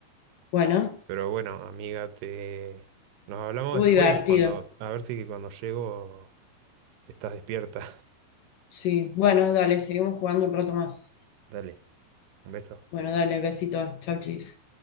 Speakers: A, on the left; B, on the right.
A: Bueno,
B: Pero bueno, amiga, te nos hablamos
A: estuvo
B: después
A: divertido.
B: cuando a ver si cuando llego estás despierta.
A: Sí, bueno, dale, seguimos jugando un rato más.
B: <laughs> Dale, un beso.
A: Bueno, dale, besito. Chau, chis.